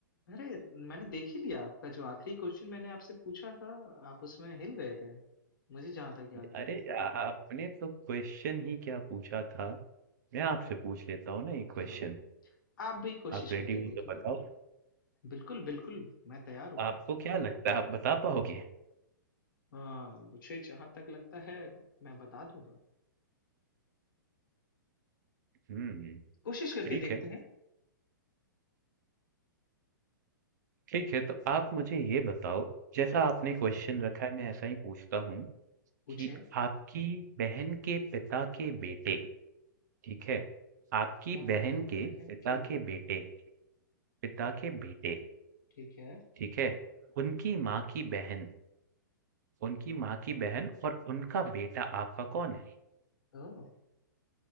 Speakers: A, on the left; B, on the right.
A: अरे मैंने देख ही लिया आपका जो आखिरी क्वेश्चन मैंने आपसे पूछा था आप उसमें हिल गए थे मुझे जहां तक याद है
B: अरे आ- आपने तो क्वेश्चन ही क्या पूछा था मैं आपसे
A: हम्म।
B: पूछ लेता हूँ ना एक क्वेश्चन
A: चलो आप आप भी कोशिश
B: आप रेडी
A: करके
B: हो
A: देख
B: तो
A: लो
B: बताओ
A: बिल्कुल बिल्कुल मैं तैयार हूँ
B: आपको क्या लगता है आप बता पाओगे
A: हाँ मुझे जहां तक लगता है मैं बता दूंगा
B: हम्म
A: कोशिश करके
B: ठीक
A: देखते
B: है
A: हैं
B: ठीक है, तो आप मुझे ये बताओ, जैसा आपने क्वेश्चन रखा है मैं ऐसा ही पूछता हूँ
A: पूछें
B: कि आपकी बहन के पिता के बेटे, ठीक है? आपकी
A: आपकी
B: बहन के
A: बहन
B: पिता
A: के
B: के बेटे, पिता के बेटे,
A: ठीक है
B: ठीक है? उनकी माँ की बहन, उनकी माँ की बहन और उनका बेटा आपका कौन है?
A: हाँ